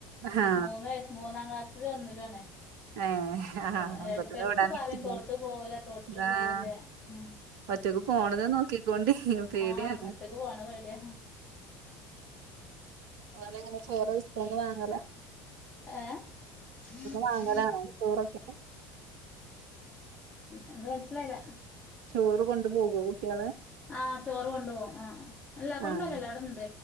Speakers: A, on the right; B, on the left.
A: ആഹ്
B: മൂന്ന് മൂന്നാം ക്ലാസ് ലും ഒന്നിലും ആണ്
A: ഏഹ് ആഹ്
B: എന്നാ
A: അപ്പത്തന്നെ
B: ഇടക്കിടക്ക്
A: വിടാൻ
B: പറയും
A: പറ്റില്ല
B: തോട്ട് പോവല്ലെ തോട്ടില്
A: ആഹ്
B: പോവല്ലേ ഉം
A: ഒറ്റക്ക് പോണതെ
B: അവർക്ക്
A: നോക്കിക്കൊണ്ടി പേടിയാണ്
B: ആഹ് ഒറ്റക്ക് പോണ പേടിയാ
A: ഓനങ്ങനെ ചോറ് സ്കൂളിന് വാങ്ങല
B: ഏഹ്
A: വാങ്ങലാണോ ചോറൊക്കെ
B: എന്ത മനസലായില്ല
A: ചോറ് കൊണ്ടു പോകൂവൊ കുട്ടികള്
B: ആ ചോറ് കൊണ്ട്പോകും അ അല്ല കൊണ്ട്
A: ആഹ്
B: പോകലല്ല അവിടെണ്ട്